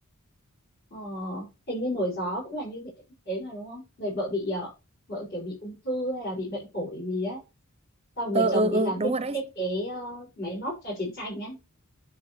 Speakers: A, on the left; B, on the right.
A: ờ, hình như nổi gió cũng là như thế thế mà đúng không? Người vợ bị ờ, vợ kiểu bị ung thư hay là bị bệnh phổi gì á. Sau
B: ờ
A: người chồng
B: ờ
A: thì
B: ờ
A: làm
B: đúng
A: thiết
B: rồi đấy
A: thiết kế ờ, máy móc cho chiến tranh ấy.